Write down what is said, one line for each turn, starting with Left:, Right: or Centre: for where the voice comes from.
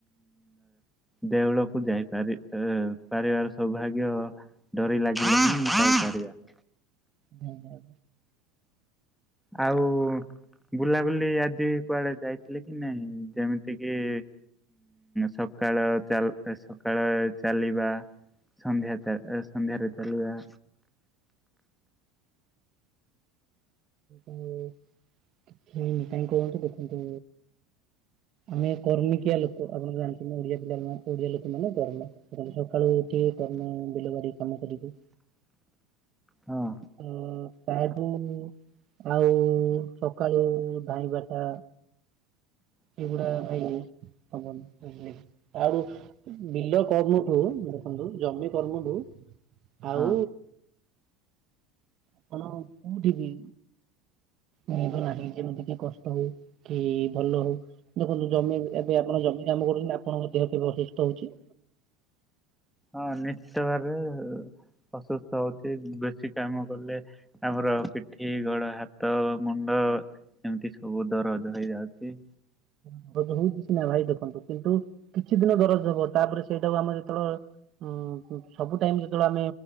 Centre: ଦେଉଳକୁ ଯାଇପାରି ପାରିବାର ସୌଭାଗ୍ୟ ତ ଡରି ଲାଗିଲ <unintelligible>
Right: ହୁଁ ହଁ।
Centre: ଆଉ ବୁଲାବୁଲି ଆଜି କୁଆଡେ ଯାଇଥିଲେ କି ନାଇଁ? ଯେମିତି କିି ସକାଳ ଚାଲ୍ ସକାଳ ଚାଲିବା। ସନ୍ଧ୍ୟା ସନ୍ଧ୍ୟାରେ ଚାଲିବା।
Right: ଉଁ। ହେଇନି କାଇହିଁ କୁହନ୍ତୁ ଦେଖନ୍ତୁ ଆମେ କର୍ମିକିଆ ଲୋକ ଆପଣ ଜାଣି ଓଡିଆ ପିଲାମାନେ ଓଡିଆ ଲୋକମାନେ କର୍ମ ସକାଳୁ ଉଠି କର୍ମ ବିଲ ବାଡି କାମ କରିବୁ।
Centre: ହଁ।
Right: ଅ ତାଠୁ ଆଉ ସକାଳୁ ଧାଇଁବାଟା ଏଗୁଡା ଭାଇନ <unintelligible> ଆଉ ବିଲ <unintelligible> ଦେଖନ୍ତୁ ଜମି <unintelligible> ଆଉ
Centre: ହଁ।
Right: ଆପଣ କୋଉଠି ବି ମିଳିବ ନାହିଁ ଯେମିତି କି କଷ୍ଟ ହଉ କି ଭଲ ହଉ ଦେଖନ୍ତୁ ଜମି ଏବେ ଆପଣ ଜମି କାମ କରୁଛନ୍ତି ଆପଣଙ୍କ ଦେହ କେବେ ଅସୁସ୍ଥ ହଉଛି।
Centre: ହଁ ନିଶ୍ଚିତ ଭାବେ ଅସୁସ୍ଥ ହଉଛି ବେଶୀ କାମ କଲେ। ଆମର ପିଠି ଗୋଡ ହାତ ମୁଣ୍ଡ ଏମିତି ସବୁ ଦରଜ ହେଇଯାଉଛି।
Right: <unintelligible> ସିନା ଭାଇ ଦେଖନ୍ତୁ କିନ୍ତୁ କିଛି ଦିନ ଦରଜ ହବ ତାପରେ ସେଇଟାକୁ ଆମେ ଯେତେବେଳେ ହଁ ସବୁ ଟାଇମ ଯେତେବେଳେ ଆମେ